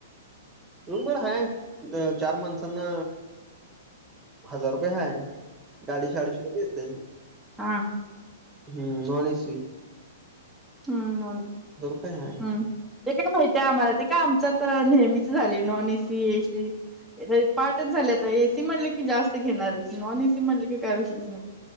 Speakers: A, on the right; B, in the centre.
A: रूम भाडं हाय द चार माणसांना हजार रुपये हाय, गाडीचे आडीशे रुपये येतील.
B: आं.
A: हम्म, नॉन ऐ सी.
B: हं नॉन
A: रुपये हाय.
B: हं. ते <unintelligible> माहितीय आम्हाला ते का आमचं तर नेहमीच झाले नॉन ऐ सी, ऐ सी. पाठच झाले आता, ए सी म्हणलं की जास्त घेणारच, नॉन ए सी म्हणलं की काय वविशेष नाय.